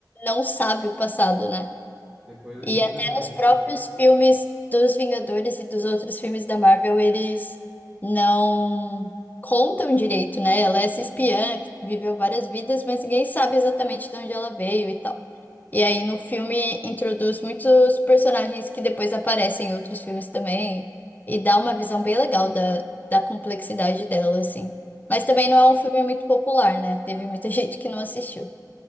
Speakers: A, on the left; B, on the right.
A: não sabe o passado, né?
B: Depois a
A: E
B: gente
A: até
B: vê junto.
A: nos próprios filmes dos Vingadores e dos outros filmes da Marvel, eles não contam direito, né? Ela é essa espiã que viveu várias vidas, mas ninguém sabe exatamente de onde ela veio e tal. E aí no filme introduz muitos personagens que depois aparecem em outros filmes também e dá uma visão bem legal da, da complexidade dela, assim. Mas também
B: Eu-
A: não é um filme muito popular, né? Teve muita <laughs> gente que não assistiu.